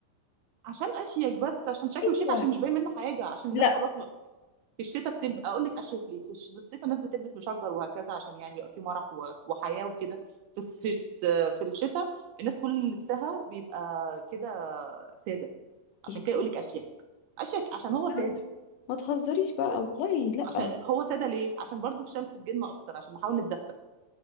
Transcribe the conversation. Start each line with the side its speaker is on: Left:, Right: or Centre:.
Right: عشان اشيك بس عشان شكله
Left: ايوه
Right: شيك عشان مش باين منه حاجه عشان الناس
Left: لا
Right: خلاص م... في الشتاء بتلبس اقول لك اشيك ليه في, الش... في الصيف الناس بتلبس مشجر وهكذا عشان يعني بيبقى في مرح و... وحياه وكده في الس... في الس... في الشتاء الناس كل لبسها بيبقى كده ساده عشان
Left: <laughs>
Right: كده يقول لك اشيك اشيك عشان هو ساده
Left: ما ما تهزريش بقى
Right: بس
Left: والله لا
Right: عشان هو ساده ليه عشان برضو الشمس تجيلنا اكتر عشان نحاول نتدفى